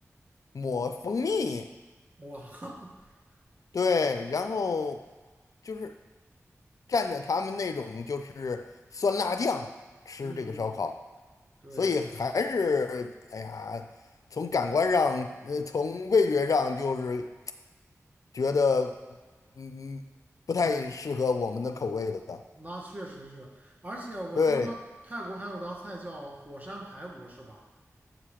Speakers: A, on the left; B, on the right.
A: 抹蜂蜜，
B: 哇，<laughs>
A: 对，然后就是蘸着他们那种就是酸辣酱吃这个烧烤。
B: 嗯，对，
A: 所以还是哎呀，从感官上，呃，从味觉上，就是觉得嗯不太适合我们的口味的。
B: 那确实是，而且我听说泰国还有道菜叫火山排骨，
A: 对，
B: 是吧？